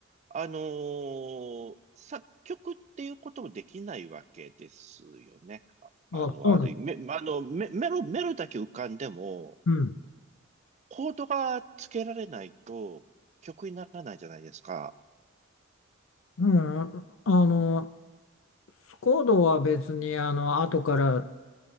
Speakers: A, on the right; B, on the left.
A: あのー作曲っていうこともできないわけですよね。ああの、
B: あ、そうなんです。
A: ある意味、めあの、メメロ、メロだけ浮かんでも、
B: うん。
A: コードがつけられないと曲にならないじゃないですか。
B: うん、あの、スコードは別にあの後から